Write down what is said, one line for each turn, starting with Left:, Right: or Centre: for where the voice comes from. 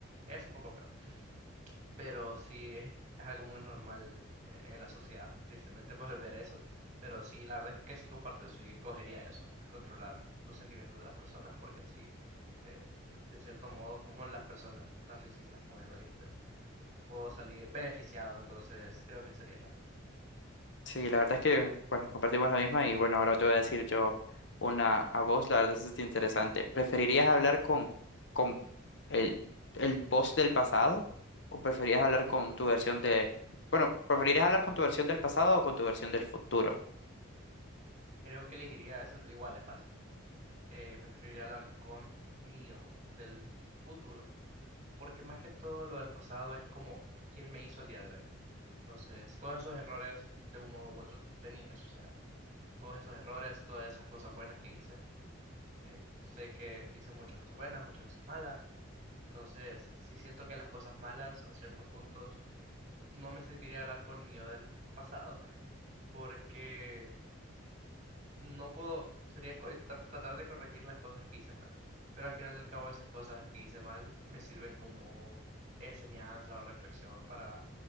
Right: es un poco feo pero sí <laughs> es algo muy normal en, en la sociedad, tristemente <laughs> poder ver eso, pero sí, la verdad es que sí comparto eso y escogería eso, controlar los sentimientos de las personas porque así, eh, de cierto modo, como las personas narcisistas, como bien lo dijiste, puedo salir beneficiado, entonces creo que sería esa.
Left: Sí, la verdad es que, bueno, compartimos la misma y bueno, ahora te voy a decir yo una a vos, la verdad es que es interesante. ¿Preferirías hablar con, con el, el vos del pasado o preferirías hablar con tu versión de, bueno, preferirías hablar con tu versión del pasado o con tu versión del futuro?
Right: Creo que elegiría, eso igual es fácil, eh, preferiría hablar con mío del futuro, porque más que todo lo del pasado es como quién me hizo el día de hoy. Entonces, todos esos errores, de un modo u otro, tenían que suceder. Todos esos errores, todas esas cosas buenas que hice. eh, sé que hice muchas cosas buenas, muchas cosas malas. Entonces, sí siento que las cosas malas, a ciertos puntos, no me serviría hablar con mi yo del pasado, porque no puedo, sería co- eh, tra- tratar de corregir las cosas que hice mal. Pero al final del cabo esas cosas que hice mal me sirven como enseñanza o reflexión para